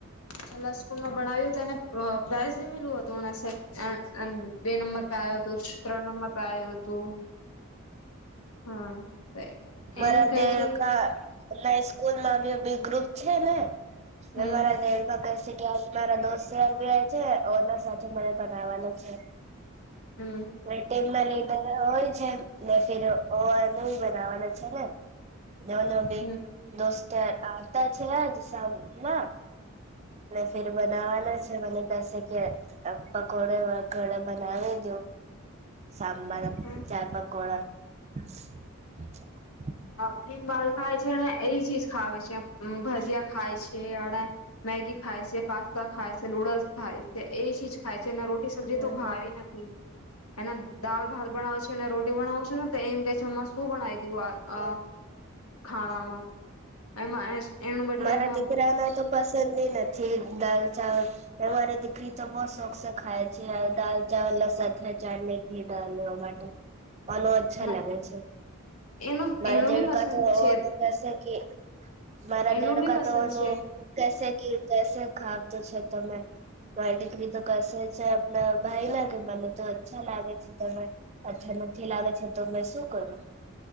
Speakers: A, on the left; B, on the right.
A: છેલ્લા સ્કૂલ માં ભણાવ્યું એને પ્રાઇઝ બી મ્યું હતું બે નંબર પે આવ્યો હતો ત્રણ નંબર પે આવ્યું હતું હા
B: મારા
A: એમ કઈ
B: દેળ
A: છે
B: ક એ સ્કૂલ માં બ બી ગ્રુપ છે ને
A: હમ
B: બરા હ ભ શી ત મારા દોસ્ત યાર ભી છેના સાથે મને પણ આવવા છે <inaudible>
A: હમ
B: લઈ હોય છે ને ફિર ઓનું બનાવાનું છે ને નાન બે
A: હમ
B: દોસ્ આવતા છે જ સામાં ફેર બનાવાના છે મને કસે કે પકોડે વકોડે બનાવી દો સાંબાર
A: હમ
B: ચા પકોડા <inaudible>
A: હ લિમબળ ખાય છે ને એ ચીજ ખાવે છે <inaudible> ખાય છે અડા મેગી ખાાય છે પાસ્તા ખાય છે નૂડલ્સ ખાય છે એ ચીજ ખાય રોટી સબ્જી
B: હમ્મ.
A: તો ભાવી નથી એને દાલ ભાત બનાવ છે અનેને રોટી બનાાવ છું ને એમ કે છેમમાં શું બણાવ દયું હ
B: હમ્મ
A: ખાણામાં એમાં એનું બઢિયા
B: મારા દીકરા ના તો પસંદ નથી દાલ ચાવલ અમારી દીકરી તો બહ શોખ છે ખાય છે દાલ ચાવલ લસા ચાટલેટની ડાલવા માટે અલો અચ્છા
A: એના
B: લાગે છે
A: એનું
B: મારે
A: એનું
B: દેડકા
A: બી પસંદ
B: તો
A: છે
B: કેસે કે મારા
A: એનું
B: દેડકા
A: બી પસંદ
B: તોનું
A: છે
B: ક ઘી કસે ખાતું છે તમે મારી દીકરી તો કરસે છે આપના ભાઈ ના કે મને તો અચ્છા લાગે છે તને અચ્છા નથી લાગે છે તો મે શું કરું